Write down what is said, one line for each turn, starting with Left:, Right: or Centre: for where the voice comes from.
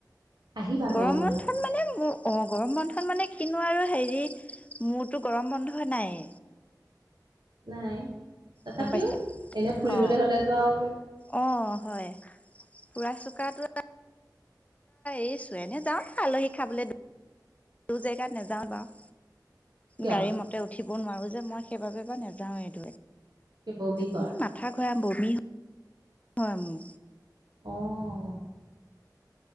Right: আহিবা গৰমৰ
Left: গৰম বন্ধত মানে অ গৰম বন্ধত মানে কিনো আৰু। হেৰি মোৰটো গৰম বন্ধই নাই।
Right: নাই তথাপিও
Left: গম পাইছে
Right: এনে ফুৰিবলৈ
Left: অ
Right: হলেতো আউ।
Left: অ হয় ফুৰা চকাটো এটা। এই চোৱেনে যাও ন আলহী খাবলে দূৰ জেগাত নেযাওঁ বাও।
Right: কিয়
Left: গাড়ী মতে উঠিব নোৱাৰো যে মই সেইবাবে বা নাযাও এ এইদৰে।
Right: কি বমি কৰা
Left: মাথা ঘূৰাই বমি হয় মো।
Right: অ'